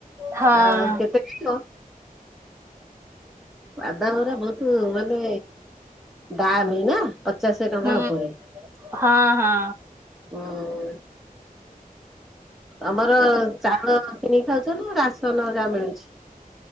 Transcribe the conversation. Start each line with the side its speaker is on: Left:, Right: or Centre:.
Right: ହଁ
Centre: ଆଉ କେତେ ନୋ ବାଦମରେ ବହୁତ ମାନେ ଦାମ ନା? ପଚାଶ ଟଙ୍କା
Right: ହୁଁ
Centre: ଉପରେ
Right: ହଁ ହଁ
Centre: ହୁଁ। ଆମର ଚାଉଳ କିଣିି ଖାଉଛ ନା ରାସନ ଯାହା ମିଳୁଛି?